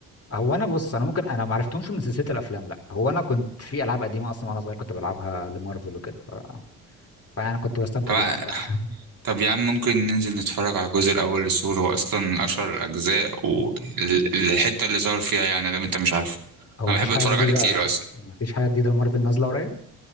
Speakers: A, on the left; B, on the right.
A: هو انا بص انا ممكن انا ما عرفتهمش من سلسله الافلام لا هو انا كنت في العاب قديمه اصلا وانا صغير كنت بلعبها لمارفل وكده ف... فانا كنت بستمتع
B: طب
A: بيها بصراحه
B: طب يا عم ممكن ننزل نتفرج على الجزء الاول لثور هو اصلا من اشهر الاجزاء والحته اللي ظهر فيها يعني لو انت مش عارفه
A: هو
B: انا
A: مفيش
B: بحب
A: حاجة
B: اتفرج
A: جديدة
B: عليه كتير اصلا
A: مفيش حاجة جديدة لمارفل نازلة قريب